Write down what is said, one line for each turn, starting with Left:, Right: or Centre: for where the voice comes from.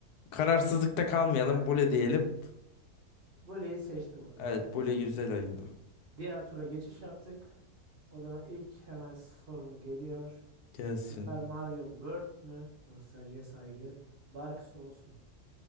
Left: kararsızlıkta kalmayalım,
Right: <laughs>
Left: böyle diyelim.
Right: Bully'yi seçtim o zaman.
Left: Evet, böyle güzel ayında.
Right: Diğer tura geçiş yaptık. O zaman ilk hemen sorumu geliyor.
Left: Gelsin.
Right: Super Mario World mü? Nostaljiye saygı. Dark Souls mu?